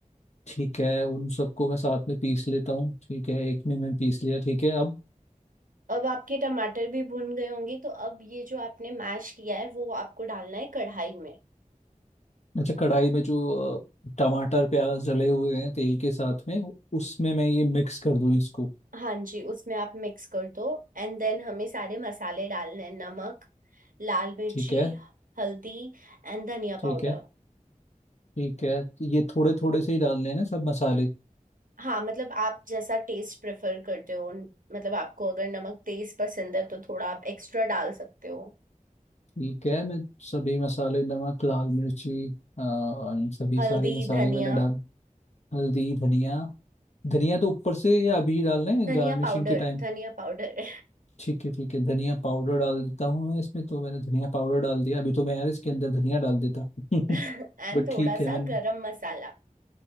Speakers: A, on the left; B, on the right.
A: ठीक है उन सबको मैं साथ में पीस लेता हूँ ठीक है एक में मैं पीस लिया ठीक है अब
B: अब आपके टमाटर भी भुन गए होंगे तो अब ये जो आपने मैश किया है वो आपको डालना है कढ़ाई में
A: अच्छा कढ़ाई में जो अ, टमाटर प्याज डले हुए हैं तेल के साथ में उसमें मैं ये मिक्स कर दूँ इसको
B: हाँ जी उसमें आप मिक्स कर दो एंड देन हमें सारे मसाले डालने हैं नमक लाल मिर्ची
A: ठीक है
B: हल्दी एंड धनिया
A: ठीक
B: पाउडर
A: है ठीक है ये थोड़े थोड़े से ही डाल लेना सब मसाले
B: हाँ मतलब आप जैसा टेस्ट प्रेफर करते हो मतलब आपको अगर नमक तेज पसंद है तो थोड़ा आप एक्स्ट्रा डाल सकते हो
A: ठीक है मैं सभी मसाले नमक लाल मिर्ची अ, और सभी
B: हल्दी
A: सारे मसाले
B: धनिया
A: मैंने डाल हल्दी धनिया धनिया तो ऊपर से या अभी डालना है
B: धनिया
A: गार्निशिंग
B: पाउडर
A: के टाइम
B: धनिया पाउडर
A: ठीक है ठीक है धनिया पाउडर डाल देता हूँ मैं इसमें तो मैंने धनिया पाउडर डाल दिया अभी तो मैं यार इसके अंदर धनिया डाल देता
B: <laughs>
A: <laughs>
B: एंड
A: बट
B: थोड़ा
A: ठीक है
B: सा
A: मैं
B: गरम मसाला